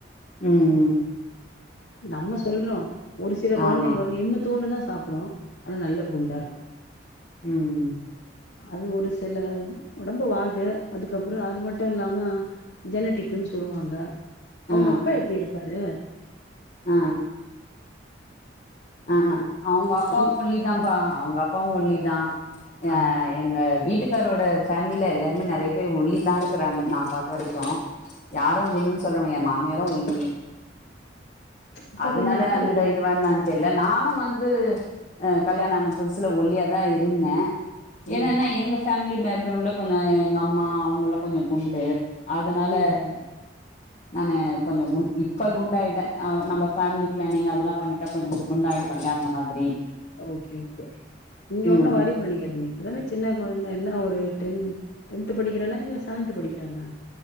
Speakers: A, on the left; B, on the left.
A: ம் ம்
B: நம்ம சொல்றோ ஒரு சில கொழந்தைங்கங்க
A: ஆமா
B: வந்து இன்னு தூண்டுதா சாப்புடு ஆனா நல்ல குண்டாருக்கு
A: ம்
B: அது ஒரு சில ஒடம்பு வாகு அதுக்கப்றோ அது மட்டு இல்லாம ஜெனிட்டிக்குன் சொல்லுவாங்க அவங்க
A: ஆ
B: அப்பா எப்டி இருப்பாரு
A: ஆ ஆ அவங்க அப்பாவு
B: அவுங்
A: ஒல்லிதாப்பா அவங்க அப்பாவு ஒல்லிதா
B: ஆ
A: அ எங்க வீட்டுக் காரோட ஃபேமில எல்லாருமே நெறைய பேர் ஒல்லிதா இருக்கிறாங்க நா பாத்த வரைக்கு யாரு குண்டுன் சொல்ல மு எ மாமியாரு ஒல்லி
B: அப்ப
A: அதுனால
B: கொஞ்ச நாள்
A: அந்த
B: எடுக்கு
A: இது வேணா தெர்ல
B: ம்
A: நானு வந்து அ கல்யாணோ ஆன புதுசுல ஒல்லியாதா இருந்த என்னன்னா
B: ம்
A: எங்க ஃபேமிலி பேக்ரவ்ண்ட்ல கொஞ்சோ எங்க அம்மா அவங்கல்லா கொஞ்சோ குண்டு அதனால
B: ம் ம்
A: நானு கொஞ்சோ கு இப்ப குண்டாய்ட்ட ஆ நம்ம ஃபேமிலி ப்ளனிங் அதுல்லா பண்ணிட்டா கொஞ்சோ குண்டாய்டு வோல்லயா அந்த மாதிரி
B: ஓகே ஓகே நீங்க
A: ம்
B: ஒன்னு ஒரி பண்ணிக்காதிங்க நீங்க இப்பதான சின்ன கொழந்த என்ன ஒரு டென் டென்த் படிக்கிறளா இல்ல செவன்த் படிக்கிறாளா